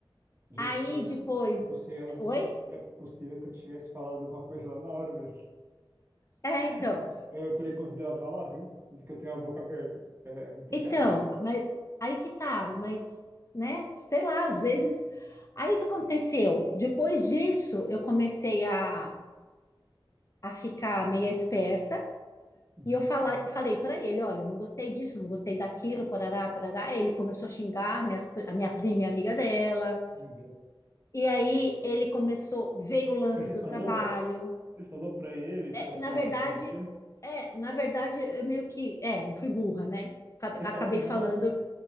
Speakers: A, on the right (about 25°); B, on the left (about 35°).
A: Gente,
B: Aí
A: eu,
B: depois.
A: se eu fosse ela, eu
B: Oi?
A: tinha, é possível que eu tivesse falado alguma coisa lá na hora mesmo.
B: É,
A: <laughs>
B: então.
A: Eu teria considerado falar, viu? Porque eu tenho a boca aberta. É é complicado.
B: Então, mas aí que tá, mas, né, sei lá, às vezes. Aí que aconteceu? Depois disso, eu comecei a, a ficar meia esperta
A: Uhum,
B: e eu fala,
A: uhum.
B: falei para ele: olha, não gostei disso, não gostei daquilo, parará, parará. Aí Ele começou a xingar minhas pri- a minha prima e a amiga dela.
A: Meu Deus.
B: E aí ele começou, veio o lance
A: Mas você
B: do
A: falou,
B: trabalho.
A: você falou pra ele
B: É,
A: que elas
B: na
A: falaram
B: verdade,
A: com você?
B: é, na verdade, eu meio que, é, fui burra, né? Acab-
A: Você
B: Acabei
A: falou, não,
B: falando.